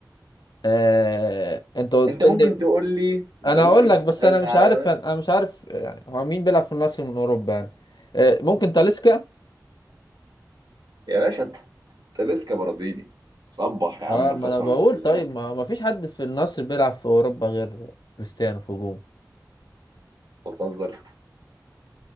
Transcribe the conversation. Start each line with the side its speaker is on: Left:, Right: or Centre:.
Left: آه... انت قلت
Right: أنت ممكن
Left: لي
Right: تقول لي أنت
Left: انا
Right: ممكن
Left: اقول لك
Right: تسألني
Left: بس انا مش
Right: على
Left: عارف
Right: بس
Left: انا مش عارف يعني هو مين بيلعب في النصر من اوروبا يعني آه، ممكن تاليسكا
Right: يا باشا تلسكا برازيلي صبح يا عم
Left: اه ما
Right: قسما
Left: انا بقول
Right: بالله
Left: طيب
Right: أنت
Left: ما, ما فيش حد في النصر بيلعب في اوروبا غير كريستيانو في هجوم
Right: بتهزر